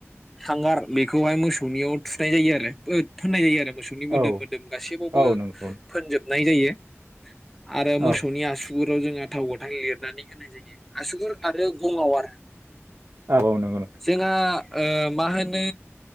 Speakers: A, in the centre; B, on the right.
A: हांगार बेखौहाय मोसौनियाव थुनाय जायो आरो थोननाय जायो आरो मोसौनि
B: औ
A: मोदोम मोदोम गासैबावबो
B: औ नंगौ
A: फोनजोब नाय जायो आरो
B: औ
A: मोसौनि आसु गुुरियाव जोंङाथाव गोथां लिरनानै होनाय जायो आसुगुर आरो गंङाव आरो
B: औ नंगौ नंगौ।
A: जोंहा ओ मा होनो